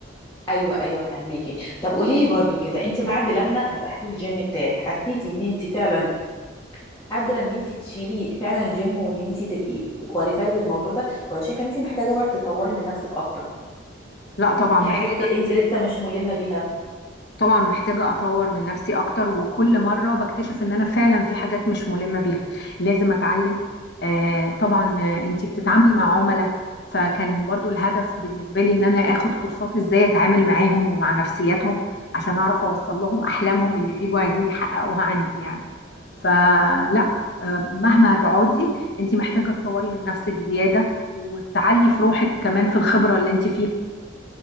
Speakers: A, on the left (about 15°); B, on the left (about 55°).
A: ايوه ايوه فهميكي طب قولي لي برضو كده انت بعد لما فتحتي الجيم بتاعك حسيتي ان انت فعلا قادره ان انت تشيلي فعلا الجيم وان انت تبقي كواليفايد للموضوع ده ولا شايفه ان انت محتاجه برضه تطوري من نفسك اكتر
B: لا طبعا
A: في
B: محتاج
A: حاجات ك- انت لسه مش ملمه بيها
B: طبعا محتاجة أطور من نفسي أكتر وكل مرة بكتشف إن أنا فعلا في حاجات مش ملمة بيها لازم أتعلم آه طبعا آه، أنتي بتتعاملي مع عملاء فكان برضو الهدف بالنسبة لي إن أنا آخد كورسات إزاي أتعامل معاهم ومع نفسياتهم عشان أعرف أوصل لهم أحلامهم اللي بيجوا عايزين يحققوها عندي يعني فلا آه، مهما هتقعدي أنتي محتاجة تطوري من نفسك زيادة وتعلي في روحك كمان في الخبرة اللي أنتي فيها